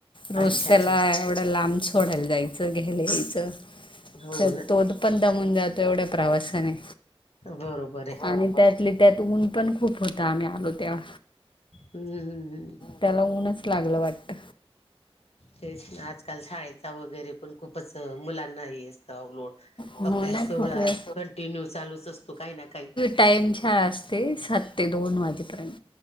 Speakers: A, on the left (about 55°); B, on the left (about 85°).
A: रोज
B: अच्छा
A: त्याला
B: अच्छा
A: एवढं लांब सोडायला जायचं घ्यायला यायचं
B: हो
A: तर
B: ना
A: तोदपण दामून जातोय एवढ्या प्रवासाने.
B: बरोबर हे.
A: आणि त्यातली त्यात ऊन पण खूप होत आम्ही आलो तेव्हा.
B: हम्म हम्म हम्म
A: त्याला ऊनच लागलं वाटत.
B: तेच आजकाल शाळेचा वगैरे पण खूपच मुलांनाही निसता ओ लोड.
A: हो
B: अभ्यास
A: ना
B: एवढा
A: खूप वेळ
B: कंटिन्यू चालूच असतो काही ना काही.
A: टाईम शाळा असते, सात ते दोन वाजेपर्यंत.